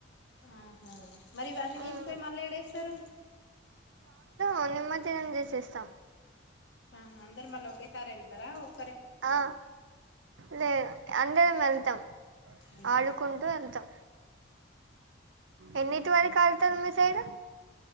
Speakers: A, on the left; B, on the right.
A: ఆహా మరి ఇవన్నీ
B: ఉమ్,
A: తీసుపోయి మళ్ళా ఏడేస్తారు
B: ఆ నిమర్జనం చేసేస్తాం
A: ఆా అందరి మల్ల ఒకే సార్ వెళ్తారా ఒకో
B: ఆ లే అంద వెళ్తాం
A: అందరు
B: ఆడుకుంటూ
A: వెళ్తారా
B: వెళ్తాం ఎన్నిటి వరకు ఆళ్తారు మీ సైడు